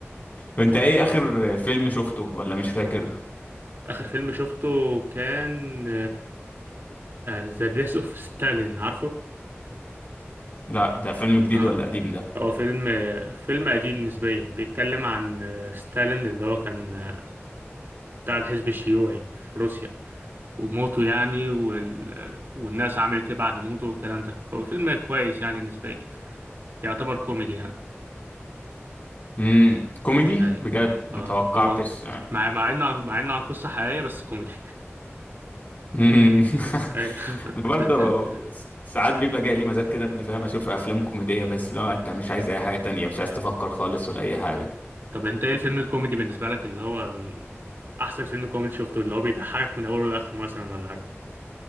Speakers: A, on the left; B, on the right.
A: أنت إيه آخر فيلم شفته ولا مش فاكر؟
B: آخر فيلم شفته كان ذا ديث اوف ستالين عارفه؟
A: لا ده فيلم جديد
B: آه.
A: ولا قديم ده؟
B: هو فيلم آه، فيلم قديم نسبيا بيتكلم عن آه، ستالين اللي هو كان آه، بتاع الحزب الشيوعي في روسيا وموته يعني وال... آه، والناس عملت ايه بعد موته والكلام ده هو فيلم كويس يعني نسبيا يعتبر كوميدي يعني
A: مم. كوميدي
B: ايوه
A: بجد
B: اه
A: متوقعتش
B: هو مع مع انه عن... مع انه عن قصة حقيقية بس كوميدي
A: مم. <laughs>
B: ايوه <laughs>
A: أنا برضه ساعات بيبقى جاي لي مزاج كده إني فاهم أشوف أفلام كوميدية بس لو أنت مش عايز أي حاجة تانية مش عايز تفكر خالص ولا أي حاجة
B: طب انت ايه الفيلم الكوميدي بالنسبة لك اللي هو ال- احسن فيلم كوميدي شفته اللي هو بيضحكك من اوله لاخره مثلا ولا حاجة